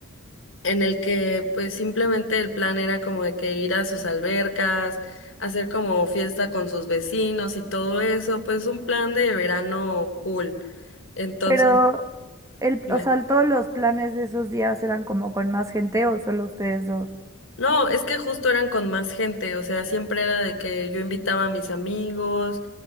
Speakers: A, on the left; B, on the right.
A: en el que pues simplemente el plan era como de que ir a sus albercas, hacer como fiesta con sus vecinos y todo eso, pues un plan de verano cool. Entonces,
B: Pero, el,
A: dime.
B: o sea, todos los planes de esos días eran como con más gente o solo ustedes dos.
A: No, es que justo eran con más gente, o sea, siempre era de que yo invitaba a mis amigos.